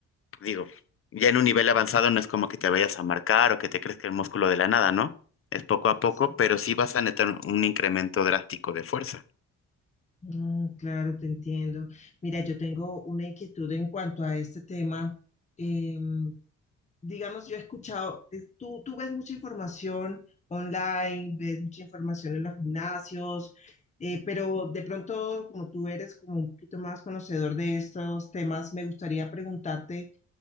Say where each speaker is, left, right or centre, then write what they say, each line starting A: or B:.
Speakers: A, on the left; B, on the left.
A: digo, ya en un nivel avanzado no es como que te vayas a marcar o que te crezca el músculo de la nada, ¿no? Es poco a poco,
B: Sí.
A: pero sí vas a netar un incremento drástico de fuerza.
B: Mm, claro, te entiendo. Mira, yo tengo una inquietud en cuanto a este tema. Em, digamos, yo he escuchado, eh, tú, tú ves mucha información online, ves mucha información en los gimnasios, eh, pero de pronto, como tú eres como un poquito más conocedor de estos temas, me gustaría preguntarte.